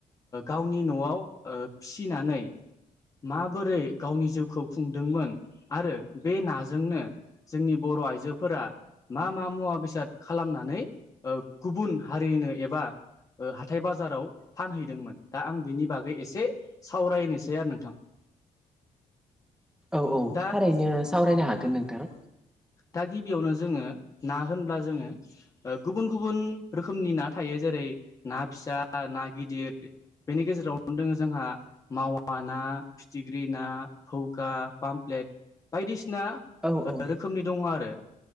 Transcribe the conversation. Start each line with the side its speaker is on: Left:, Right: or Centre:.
Left: गावनि न'आव फिसिनानै माबोरै गावनि जिउखौ खुंदोंमोन आरो बे नाजोंनो जोंनि बर' आइजोफोरा मा मा मुवा बेसाद खालामनानै गुबुन हारिनो एबा। हाथाय बाजाराव फानहैदोंमोन दा आं बिनि बागै एसे सावरायनोसै आरो नोंथां।
Centre: औ औ
Left: दा
Centre: थारैनो सावरायनो हागोन नोंथां।
Left: दा गिबियावनो जोङो ना होनब्ला जोङो ओ गुबुन गुबुन रोखोमनि ना थायो जेरै ना फिसा ना गिदिर। बेनि गेजेराव दङो जोंहा। मावा ना फिथिख्रि ना थौखा पामफ्लेट बायदिसिना
Centre: औ औ
Left: रोखोमनि दङ आरो